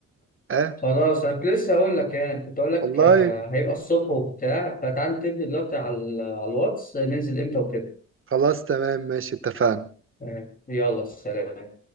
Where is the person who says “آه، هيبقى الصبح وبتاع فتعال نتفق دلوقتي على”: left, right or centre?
Left